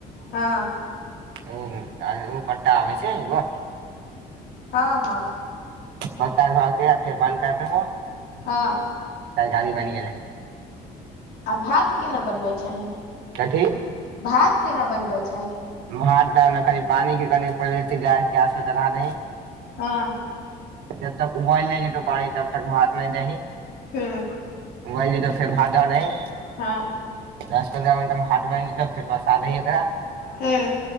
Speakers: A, on the left; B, on the right.
A: हँ-
B: ओ-आरे ओ पट्टा आबै छै एग्गो।
A: हँ -हँ-
B: पत्ता ध के आ फेर बन्द कर देबौ।
A: हँ-
B: काइल जालि बइन गेलै।
A: आ भात केना बनबै छही?
B: कथी?
A: भात केना बनबै छही?
B: भात दन-कनि पानी के कनि पर अथी-गैस के आस पर चढ़ा दही।
A: हँ-
B: जब तक उबइल नइ जेतौ पानी तब तक भात नइ दही
A: हूँ
B: उबइल जेतौउ फेर भात द दही।
A: हँ
B: दस पन्द्रह मिनटमे भात बइन जेतौ फेर पसा दही ओकरा।
A: हुं-